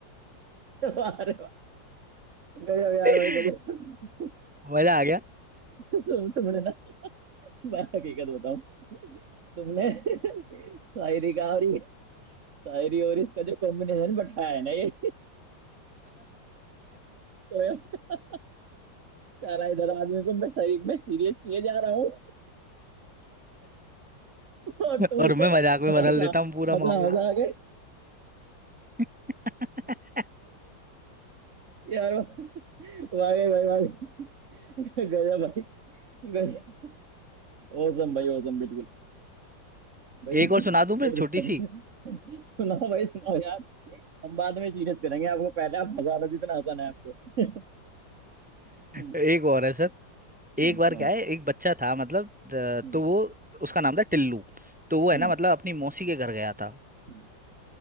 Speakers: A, on the right; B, in the centre.
A: अरे वाह गजब यार
B: <laughs>
A: भाई गजब
B: मजा आ गया
A: तुम तुमने ना मैं हकीकत बताऊं तुमने शायरी का और ये- शायरी और इसका जो कॉम्बिनेशन बैठाया है ना ये पोयम का सारा इधर आदमी को मैं सही मैं सीरियस किए जा रहा हूँ और
B: <laughs>
A: तुम
B: और
A: उसे
B: मैं मजाक में
A: हंसा
B: बदल देता हूँ पूरा
A: हंसा
B: मामला
A: हंसा के
B: <laughs>
A: यार वाह वाह गई भाई वाह गई। <laughs> गजब भाई गजब औसम भाई औसम बिल्कुल भाई
B: एक और
A: पेट
B: सुना दूं फिर
A: दुखा
B: छोटी
A: दिया
B: सी
A: <laughs> सुनाओ भाई सुनाओ यार हम बाद में सीरियस करेंगे आपको पहले आप हंसा लो जितना आसान है आपको <laughs> हम्म
B: एक और है सर
A: हम्म,
B: एक बार
A: सुनाओ
B: क्या है एक बच्चा था मतलब अ,
A: हम्म
B: तो वो उसका नाम था टिल्लू तो वो है
A: हम्म
B: ना मतलब अपनी मौसी के घर गया था
A: हम्म,